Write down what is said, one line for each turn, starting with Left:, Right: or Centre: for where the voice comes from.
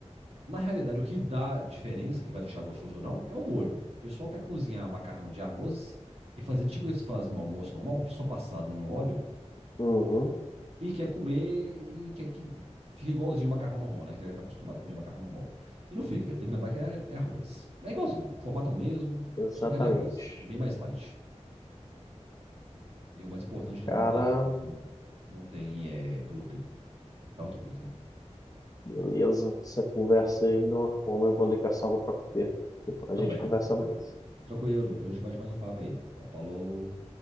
Right: Na realidade, o que dá diferença, que vai deixar gostoso ou não, é o molho. O pessoal quer cozinhar macarrão de arroz e fazer tipo o que se faz no almoço normal, só passado no óleo,
Left: Uhum.
Right: e quer comer e quer que fique igualzinho o macarrão normal, né? Que já está acostumado a comer macarrão normal. E não fica, tem que lembrar que é é arroz. É igualzinho, o formato é o mesmo,
Left: Exatamente.
Right: só que é de arroz, e bem mais light. E o mais importante, né?
Left: Cara,
Right: Não tem, não tem é, glúten, tanto glúten, né?
Left: beleza. Essa conversa aí me deu uma fome. Eu vou ali caçar algo para comer. Depois
Right: Também.
Left: a gente conversa mais.
Right: Tranquilo, depois a gente bate mais um papo aí. Então, falou.